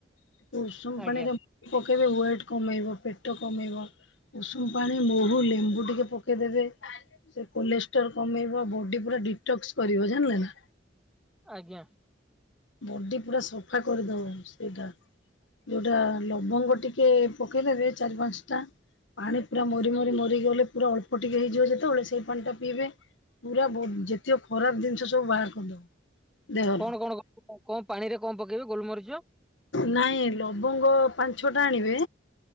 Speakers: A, on the left; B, in the centre.
A: ଟିକେ ଉଷୁମ ପାଣିରେ
B: ଆଜ୍ଞା
A: ପକେଇବେ ୱେଟ କମେଇବ ପେଟ କମେଇବ। ଉଷୁମ ପାଣି ମହୁ ଲେମ୍ବୁ ଟିକେ ପକେଇଦେବେ, ସେ କୋଲେଷ୍ଟ୍ରୋର କମେଇବ ବଡି ପୁରା ଦିଟକ୍ସ କରିବ ଜାଣିଲେ ନା।
B: ଆଜ୍ଞା।
A: ବଡି ପୁରା ସଫା କରିଦବ ସେଇଟା। ଯୋଉଟା ଲବଙ୍ଗ ଟିକେ ପକେଇଦେବେ ଚାରି ପାଞ୍ଚଟା। ପାଣି ପୁରା ମରି ମରି ମରିି ଗଲେ, ପୁରା ଅଳ୍ପ ଟିକେ ହେଇଯିବ ଯେତେବେଳେ ସେଇ ପାଣି ଟା ପିଇବେ। ପୁରା ବ ଯେତୀକ ଖରାପ ଜିନିଷ ସବୁ ବାହାର କରିଦବ। ଦେହର
B: କଣ କଣ କ ପାଣି ରେ କଣ ପକେଇବେ ଗୋଲମରିଚ
A: ନାଇଁ ଲବଙ୍ଗ ପାଞ୍ଚ ଛ ଟା ଆଣିବେ